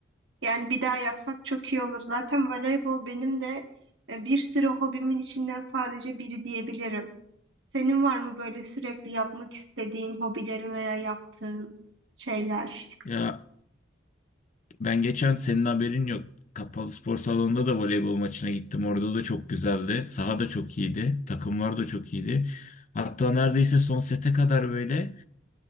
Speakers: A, on the right; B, on the left.
A: Yani bir daha yapsak çok iyi olur. Zaten voleybol benim de e, bir sürü hobimin içinden sadece biri diyebilirim. Senin var mı böyle sürekli yapmak istediğin hobilerin veya yaptığın şeyler?
B: Ya Ben geçen senin haberin yok. Kapalı spor salonunda da voleybol maçına gittim. Orada da çok güzeldi. Saha da çok iyiydi. Takımlar da çok iyiydi. Hatta neredeyse son sete kadar böyle